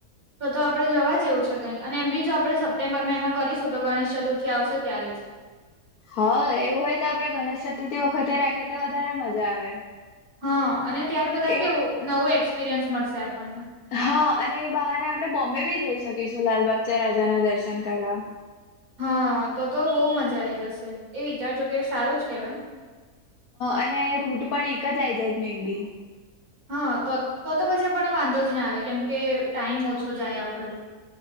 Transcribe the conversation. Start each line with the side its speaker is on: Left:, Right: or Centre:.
Right: તો તો આપડે જવા જેવું છે તાહિયા અને એમ બી જો આપણે સપ્ટેમ્બરમાં એમાં કરીશું તો ગણેશ ચતુર્થી આવશે ત્યારે જ
Left: હા એવું હોય તો આપડે ગણેશ ચતુર્થી વખતે રાખીએ તો વધારે મજા આવે.
Right: હા ત્યાર બધા
Left: એ
Right: કેવું નવું એક્સપિરિયન્સ મળશે આપડને
Left: હા અને એ બહાને આપડણે બોમ્બે બી જઈ શકીશું લાલબાગ ચા રાજાના દર્શન કરવા
Right: હા તો તો બહુ મજા આઈ જશે એ વિચારજો કે સારો જ કેહેવાય
Left: અને રૂટ પણ એક જઆઈ જાય છે મે બી
Right: હા તો તો તો પછી આપણને વાંધો જ ના આવે કેમકે ટાઈમ ઓછો જાય આપડો